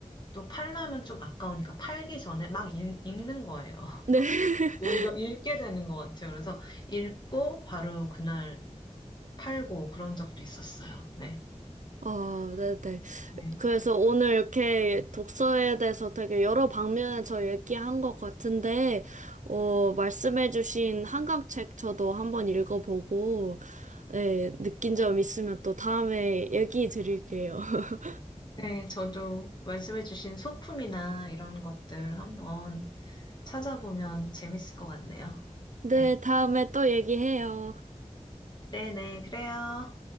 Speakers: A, on the left; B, on the right.
A: 또 팔려면 좀 아까우니까 팔기 전에 막 읽, 읽는 거예요. <laughs>
B: 네. <laughs>
A: 오히려 읽게 되는 것 같아요. 그래서 읽고 바로 그날 팔고 그런 적도 있었어요. 네.
B: 아, 네, 네.
A: 네.
B: 그래서 오늘 이렇게 독서에 대해서 되게 여러 방면에서 얘기한 것 같은데, 어, 말씀해주신 한강책 저도 한번 읽어보고, 네, 느낀 점 있으면 또 다음에 얘기 드릴게요. <laughs>
A: 네, 저도 말씀해주신 소품이나 이런 것들 한번 찾아보면 재밌을 것 같네요.
B: 네,
A: 네.
B: 다음에 또 얘기해요.
A: 네네, 그래요.